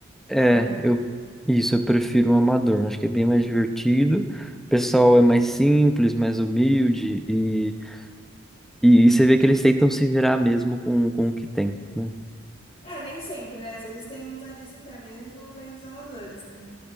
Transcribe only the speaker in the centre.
É,
eu isso, eu prefiro o amador, acho que é bem mais divertido. O pessoal é mais simples, mais humilde e, e, e você vê que eles tentam se virar mesmo com, com o que tem, né?